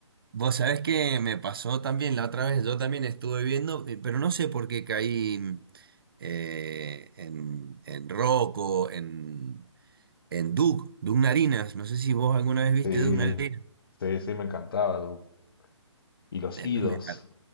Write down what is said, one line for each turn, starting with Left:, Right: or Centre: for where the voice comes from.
Right: vos sabés que me pasó también la otra vez, yo también estuve viendo, eh, pero no sé por qué caí mm, eh, en, en Rocco, en, en Doug, Doug Narinas. No sé si vos alguna vez viste
Left: Sí,
Right: Doug Narinas.
Left: sí, sí, me encantaba, Du. Y los
Right: Eh,
Left: idos.
Right: no, me,